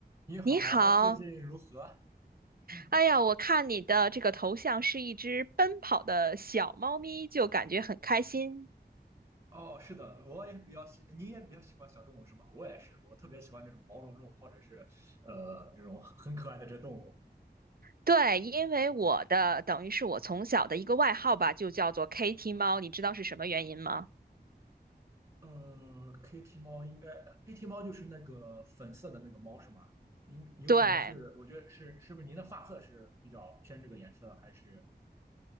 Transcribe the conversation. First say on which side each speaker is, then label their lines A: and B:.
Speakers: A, on the right; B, on the right.
A: 你好，
B: 你好，
A: 最近如何？嗯，
B: 哎呀，我看你的这个头像是一只奔跑的小猫咪，就感觉很开心。
A: 哦，是的，我也比较喜，您也比较喜欢小动物是吗？我也是，我特别喜欢这种毛茸茸或者是呃这种很很可爱的这动物。
B: 对，因为我的等于是我从小的一个外号吧，就叫做 Kitty 猫，你知道是什么原因吗？
A: 嗯 k i t t y 猫应该，Kitty 猫就是那个粉色的那个猫是吗？应有可能是，
B: 对，
A: 我觉得是，是不是您的发色是比较偏这个颜色，还是？